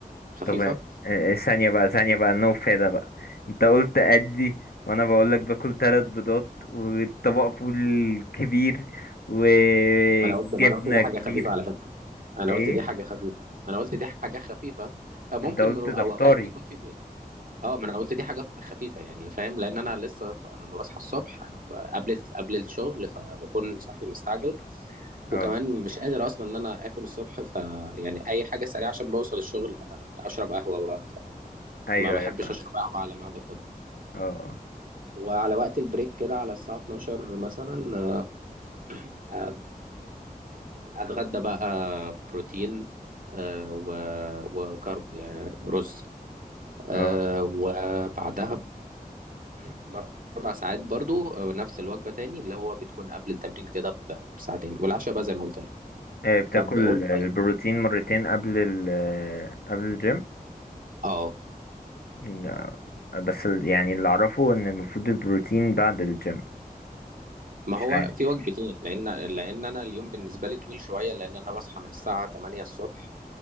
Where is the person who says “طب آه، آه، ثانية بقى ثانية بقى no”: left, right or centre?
Left